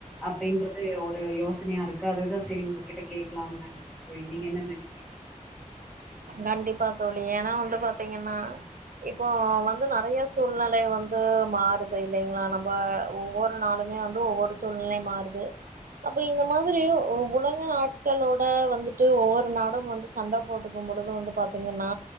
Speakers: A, in the centre; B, on the right.
A: அப்டின்றது ஒரு யோசனையா இருக்கு அதுதா செரி உங்க கிட்ட கேட்கலாம்னு நெனைச்ச தோழி நீங்க என்ன நெனைக்கிறீங்க
B: கண்டிப்பா தோலி ஏன்னா வந்து பாத்தீங்கன்னா இப்போ வந்து நெறைய சூழ்நிலை வந்து மாறுது இல்லைங்களா நம்ம ஒவ்வொரு நாளுமே வந்து ஒவ்வொரு சூழ்நிலை மாறுது அப்ப இந்த மாதிரி உலக நாட்களோட வந்துட்டு ஒவ்வொரு நாடும் வந்து சண்டை போடு ம்போழுது பாத்தீங்கன்னா